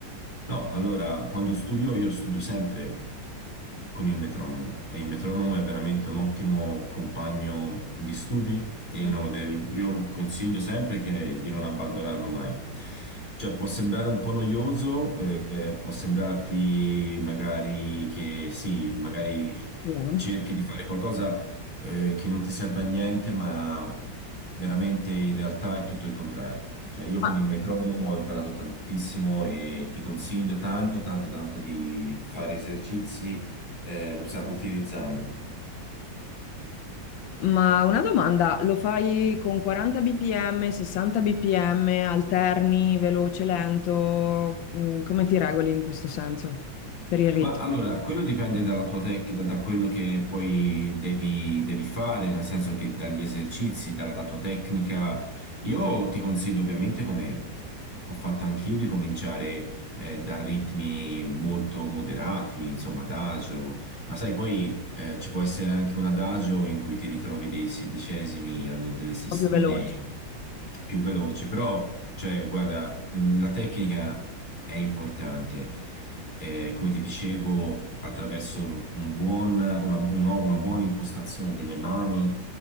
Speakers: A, on the left; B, on the left.
A: No, allora, quando studio io studio sempre con il metronomo e il metronomo è veramente un ottimo compagno di studi e
B: Sì,
A: non lo devi, io consiglio sempre che- di non abbandonarlo mai. Cioè, può sembrare un po' noioso, eh, eh, può sembrarti magari che sì, magari
B: eh.
A: cerchi di fare qualcosa eh, che non ti serve a niente, ma veramente in realtà è tutto il contrario. Cioè, io con
B: Ma,
A: il metronomo ho imparato tantissimo e ti consiglio tanto, tanto, tanto di fare esercizi eh, usa- utilizzandolo.
B: ma una domanda, lo fai con 40 bpm, 60 bpm, alterni, veloce, lento? Mm, Come ti regoli in questo senso per il ritmo?
A: Ma allora, quello dipende dalla tua tecnica, da da quello che poi devi, devi fare, nel senso che dagli esercizi, dalla tua tecnica. Io ti consiglio ovviamente, come ho fatto anch'io, di cominciare eh, da ritmi molto moderati, insomma, adagio, ma sai, poi eh, ci può essere anche un adagio in cui ti ritrovi dei sedicesimi o delle sestine
B: Proprio veloce.
A: più veloci, però, cioè, guarda, mh, la tecnica è importante. Eh, come ti dicevo, attraverso un buon- una, una- una buona impostazione delle mani,